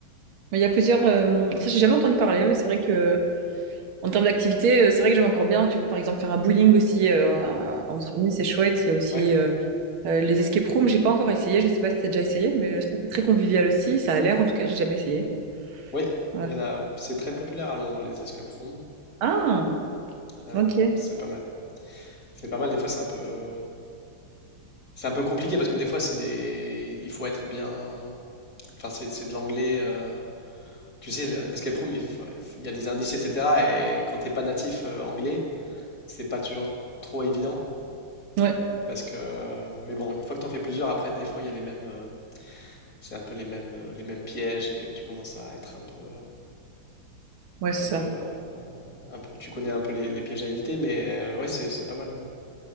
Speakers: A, on the right; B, on the left.
A: Mais il y a plusieurs. euh, Ça, j'ai jamais entendu parler, mais c'est vrai que en termes d'activité, euh, c'est vrai que j'aime encore bien. Tu vois, par exemple, faire un bowling aussi euh, entre amis, c'est chouette. Il y a aussi
B: Ouais,
A: euh, euh, les escape rooms. J'ai pas encore essayé. Je sais pas si t'as déjà essayé, mais je trouve que c'est très convivial aussi. Ça a l'air, en tout cas, j'ai jamais essayé.
B: ouais,
A: Ouais.
B: il y en a. C'est très populaire à Londres, les escape rooms.
A: Ah,
B: Euh,
A: ok.
B: c'est pas mal. C'est pas mal. Des fois, c'est un peu, c'est un peu compliqué parce que des fois, c'est des, il faut être bien. Enfin, c'est c'est de l'anglais. euh, Tu sais, le- l'escape room, il, faut- il y a des indices, etc. Et quand t'es pas natif euh, anglais, c'est pas toujours trop évident.
A: Ouais,
B: Parce que, mais bon, une fois que t'en fais plusieurs, après, des fois, il y a les mêmes, euh, c'est un peu les mêmes, euh, les mêmes pièges et tu commences à être un peu,
A: ouais, c'est
B: un
A: ça.
B: peu, euh, un peu, tu connais un peu les, les pièges à éviter. Mais euh, ouais, c'est, c'est pas mal. Ouais.